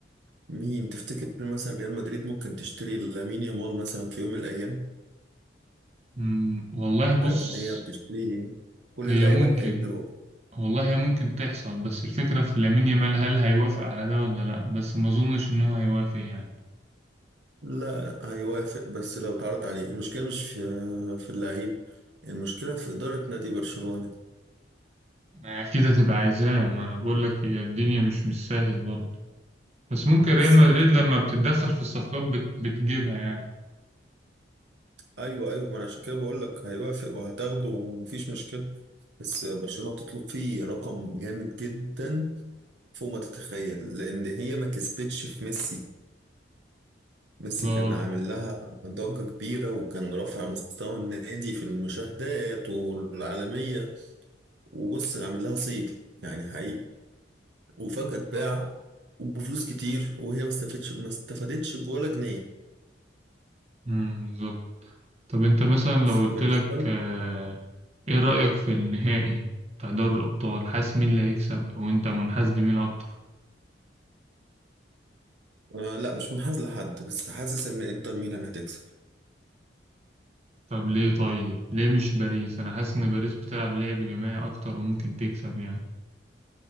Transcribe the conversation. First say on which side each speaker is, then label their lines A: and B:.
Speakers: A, on the right; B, on the right.
A: مين تفتكر مثلا ريال مدريد ممكن تشتري لامين يامال مثلا في يوم من الايام
B: أمم، والله بص
A: عارف ان هي بتشتري كل
B: هي
A: اللعيبه
B: ممكن
A: الحلوه
B: والله هي ممكن تحصل بس الفكرة في لامين يامال هل هيوافق على ده ولا لأ بس ما أظنش إن هو هيوافق يعني
A: لا هيوافق بس لو اتعرض عليه المشكله مش في في اللعيب المشكله في اداره نادي برشلونه
B: ما هي أكيد هتبقى عايزاه ما أنا بقول لك هي الدنيا مش مش سهل برضه بس ممكن
A: بالظبط
B: ريال مدريد لما بتتدخل في الصفقات بت... بتجيبها يعني
A: ايوه ايوه ما انا عشان كده بقول لك هيوافق وهتاخده ومفيش مشكله بس برشلونه تطلب فيه رقم جامد جدا فوق ما تتخيل لان هي ما كسبتش في ميسي ميسي
B: بالظبط
A: كان عامل لها ضجه كبيره وكان رافع مستوى النادي في المشاهدات والعالميه وبص عامل لها صيد يعني حقيقي وفجاه اتباع وبفلوس كتير وهي ما استفادتش ما استفادتش بولا جنيه
B: أمم، بالظبط طب أنت مثلا لو
A: فبالنسبه
B: قلت لك
A: لي
B: آه، إيه رأيك في النهائي بتاع دوري الأبطال حاسس مين اللي هيكسب أو أنت منحاز لمين أكتر
A: آه، لا مش منحاز لحد بس حاسس ان انتر ميلان هتكسب
B: طب ليه طيب ليه مش باريس أنا حاسس إن باريس بتلعب لعب جماعي أكتر وممكن تكسب يعني